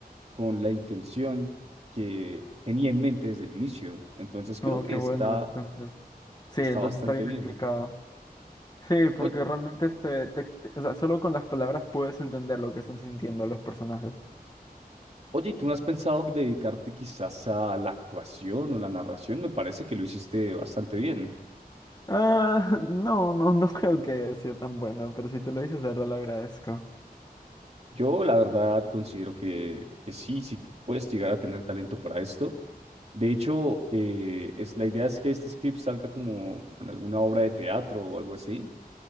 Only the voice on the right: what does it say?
con la intención que tenía en mente desde el inicio. Entonces creo
que
está,
está
bastante
bien.
Oye,
<clears throat>
oye, ¿y tú no has pensado dedicarte quizás a la actuación o la narración? Me parece que lo hiciste bastante bien.
Yo la verdad considero que, que sí, sí puedes llegar a tener talento para esto. De hecho, eh, es, la idea es que este script salga como, en alguna obra de teatro o algo así.